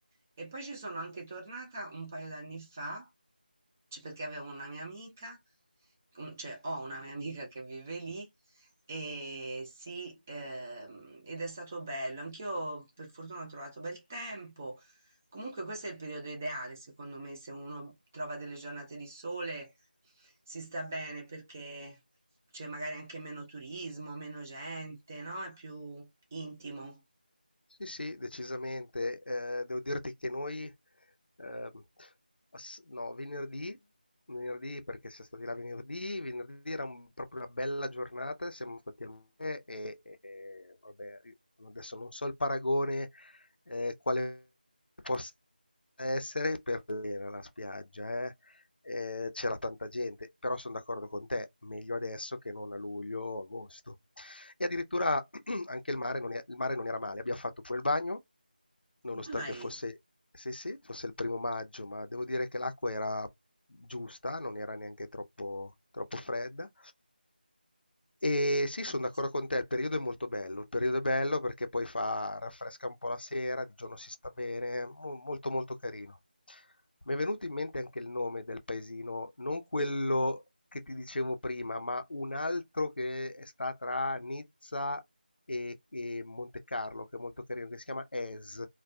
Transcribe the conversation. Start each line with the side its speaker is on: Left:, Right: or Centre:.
Right: E poi ci sono anche tornata un paio d'anni fa, c- perché avevo una mia amica, un- cioè ho una mia amica che vive lì e sì, ehm, ed è stato bello. Anch'io per fortuna ho trovato bel tempo. Comunque questo è il periodo ideale, secondo me, se uno trova delle giornate di sole si sta bene perché c'è magari anche meno turismo, meno gente, no? È più intimo.
Left: Sì, sì, decisamente. Ehm, devo dirti che noi, ehm, ass no, venerdì venerdì perché siam stati là venerdì, venerdì era un proprio una bella giornata, siamo stati al mare e e vabbè, i adesso non so il paragone, ehm, quale possa essere per l'era la spiaggia, eh. Ehm, c'era tanta gente, però son d'accordo con te, meglio adesso che non a luglio o agosto. E addirittura <clears throat> anche il mare, non è, il mare non era male, abbiamo fatto pure il bagno, nonostante
Right: Mai,
Left: fosse sì, sì, fosse il primo maggio, ma devo dire che l'acqua era giusta, non era neanche troppo, troppo fredda. E
Right: infatti,
Left: sì, sono d'accordo con te, il periodo è molto bello, il periodo è bello perché poi fa, raffresca un po' la sera, di giorno si sta bene, mo- molto molto carino. Mi è venuto in mente anche il nome del paesino, non
Right: sì,
Left: quello che ti dicevo prima, ma un altro che sta tra Nizza e, e Monte Carlo, che è molto carino, che si chiama Es.